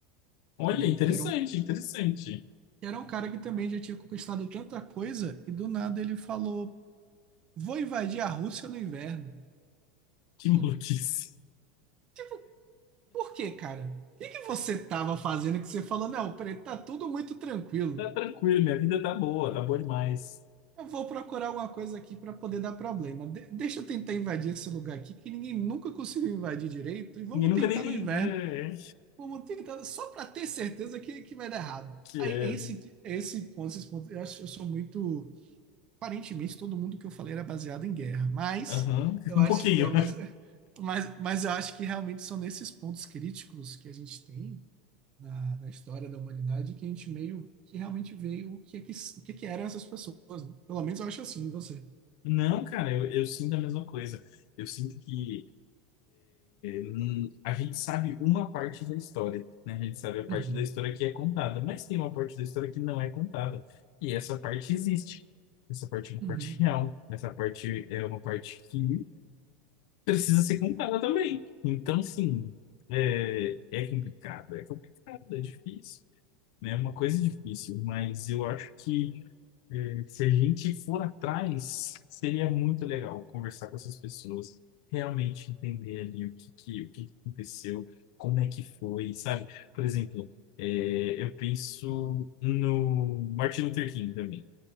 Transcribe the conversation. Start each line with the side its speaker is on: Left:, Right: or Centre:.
Left: Olha,
Right: que,
Left: interessante,
Right: que era um, que
Left: interessante.
Right: era um cara que também já tinha conquistado tanta coisa e do nada ele falou: "Vou invadir a Rússia no inverno".
Left: Que maluquice.
Right: Tipo, tipo, por quê, cara? O que que você tava fazendo que você falou: "Não, peraí, tá tudo muito tranquilo.
Left: Tá tranquilo, minha vida tá boa, tá boa demais.
Right: Eu vou procurar alguma coisa aqui para poder dar problema. De- deixa eu tentar invadir esse lugar aqui que ninguém nunca conseguiu invadir direito e vamos
Left: Ninguém nunca
Right: tentar
Left: nem tem.
Right: no inverno".
Left: É, é,
Right: Vamos tentar só para ter certeza que, que vai dar errado.
Left: que
Right: Aí,
Left: é.
Right: é esse, é esse ponto, esse ponto, eu acho que eu sou muito. Aparentemente, todo mundo que eu falei era baseado em guerra, mas
Left: Aham, <laughs>
Right: eu
Left: um
Right: acho,
Left: pouquinho.
Right: eu, mas, mas, mas eu acho que realmente são nesses pontos críticos que a gente tem na, na história da humanidade que a gente meio que realmente vê o que, é que, o que, é que eram essas pessoas. né? Pelo menos eu acho assim, você.
Left: Não, cara, eu, eu sinto a mesma coisa. Eu sinto que. Hum, A gente sabe uma parte da história, né? A gente sabe a parte
Right: Uhum,
Left: da história que é contada, mas tem uma parte da história que não é contada. E essa parte existe. Essa parte é uma
Right: uhum,
Left: parte real. Essa parte é uma parte que precisa ser contada também. Então, sim, é, é complicado, é complicado, é difícil, né? É uma coisa difícil, mas eu acho que é, se a gente for atrás, seria muito legal conversar com essas pessoas, realmente entender ali o que, que- o que que aconteceu, como é que foi, sabe? Por exemplo, é, eu penso no Martin Luther King também.